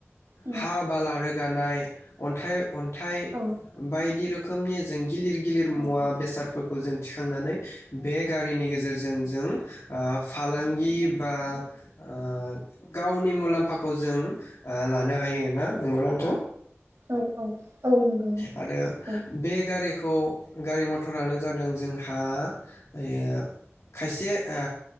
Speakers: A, on the right (about 75°); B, on the left (about 80°).
A: उम
B: हा बाला रोगानाय। अन्थाइ। अन्थाइ
A: औ
B: बाय दि रोखोमनि जें गिलिर गिलिर
A: औ
B: मुवा
A: औ
B: बेसादफोरखौ जों। थिखांनानै। बे गारिनि गेजेरजों जो जों। ओ फालांगि बा ओ गावनि मुलाम्फाखौ जों। ओ लानो हायो ना नंगौना नोंथां।
A: औ औ औ नंगौ।
B: आरो
A: हायो
B: बे गारि। खौ गारि मथरानो जादों जोंहा ओ खायसे ओ